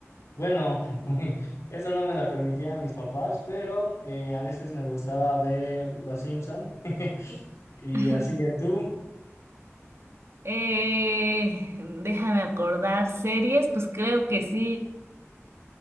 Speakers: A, on the left; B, on the right.
A: bueno, <laughs> eso no me la permitían mis papás, pero eh, a veces me gustaba ver Los Simpsons Y
B: <laughs>
A: así que tú,
B: Eh, déjame acordar, series, pues creo que sí.